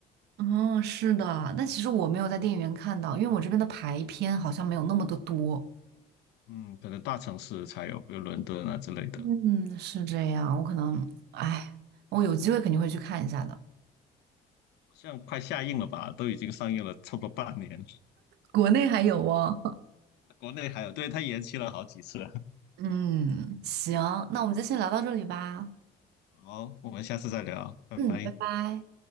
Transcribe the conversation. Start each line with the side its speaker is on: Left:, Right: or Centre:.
Right: 嗯，是的，但其实我没有在电影院看到，因为我这边的排片好像没有那么的多。
Left: 嗯，可能大城市才有，比如伦敦啊之类的。
Right: 嗯，是这样，我可能，哎，我有机会肯定会去看一下的。
Left: 好像快下映了吧，都已经上映了差不多半年，
Right: 国内还有哦。
Left: 国内还有，对，它延期了好几次。
Right: 嗯，行，那我们就先聊到这里吧。
Left: 好，我们下次再聊，拜拜。
Right: 嗯，拜拜。